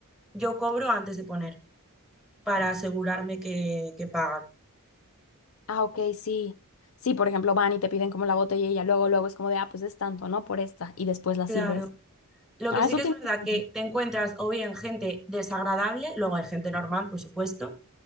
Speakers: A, in the centre; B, on the left (about 65°).
A: yo cobro antes de poner para asegurarme que, que pagan.
B: Ah, ok, sí. Sí, por ejemplo, van y te piden como la botella y ya luego, luego es como de, ah, pues es tanto, ¿no? Por esta. Y después la
A: Claro.
B: sirves.
A: Lo
B: Ah,
A: que sí
B: eso
A: que
B: tiene.
A: es verdad
B: sentido.
A: que te encuentras o bien gente desagradable, luego hay gente normal, por supuesto,